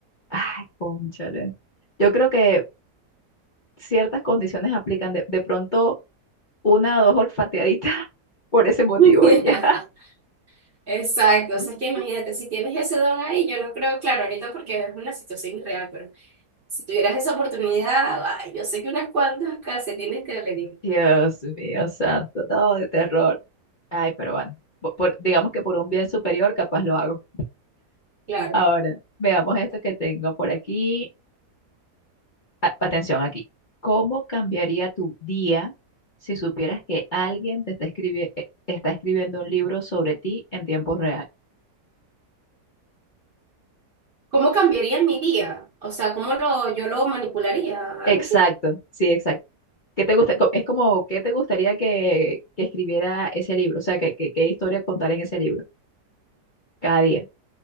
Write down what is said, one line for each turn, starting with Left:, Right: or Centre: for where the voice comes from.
Left: Ay, cónchale. Yo creo que ciertas condiciones aplican. De, de pronto, una o dos olfateaditas <laughs> por ese motivo
Right: <laughs>
Left: y ya.
Right: Exacto, o
Left: <laughs>
Right: sea, es que imagínate, si tienes ese don ahí, yo no creo, claro, ahorita porque es una situación irreal, pero si tuvieras esa oportunidad, ay, yo sé que unas cuantas calcetines te dolerían,
Left: Dios mío, santo, no, de terror. Ay, pero bueno, po- por- digamos que por un bien superior capaz lo hago.
Right: claro.
Left: Ahora, veamos esto que tengo por aquí. A- Atención aquí. ¿Cómo cambiaría tu día si supieras que alguien te está escribi- eh, está escribiendo un libro sobre ti en tiempo real?
Right: ¿Cómo cambiaría mi día? O sea, ¿cómo lo, yo lo manipularía? Algo
Left: Exacto,
Right: así.
Left: sí, exacto. ¿Qué te gusta? co- Es como, ¿qué te gustaría que, que escribiera ese libro? O sea, ¿qué, qué, qué historia contar en ese libro? Cada día.